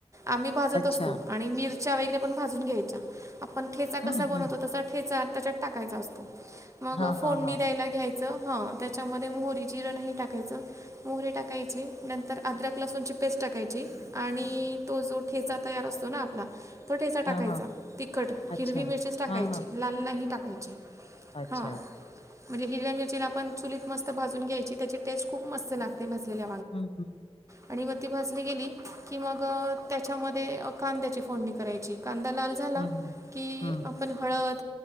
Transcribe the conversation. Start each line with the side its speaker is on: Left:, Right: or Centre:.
Right: आम्ही भाजत
Left: अच्छा.
Right: असतो आणि मिर... च्या वगैरे पण भाजून घ्यायच्या आपण ठेचा
Left: हं,
Right: कसा बनवतो
Left: हं.
Right: तसा ठेचा त्याच्यात टाकायचा असतो.. मग
Left: हां,
Right: फोडनी
Left: हां, हां.
Right: द्यायला घ्यायच... ह त्याच्यामध्ये मोहरी जिरं नाही टाकायचं मोहरी टाकायची... नंतर अदरक लसूणची पेस्ट टाकायची आणि तो जो ठेचा तयार असतो ना आपला... ठेचा टाकायचा
Left: हां, हां.
Right: तिखट
Left: अच्छा.
Right: हिरवी मिरचीच टाकायची
Left: हां, हां.
Right: लाल नाही टाकायची..
Left: अच्छा...
Right: हां म्हणजे हिरव मिरचीला आपण चुलीत मस्त भाजून घ्यायची त्याची टेस्ट खूप मस्त लागते भाजलेली...
Left: ह ह...
Right: आणि मग ती भाजली गेली की मग त्याच्यामध्ये कांद्याची फोडणी करायची.. कांदा लाल झाला.
Left: हं, हं.
Right: की
Left: हं.
Right: आपण हळद...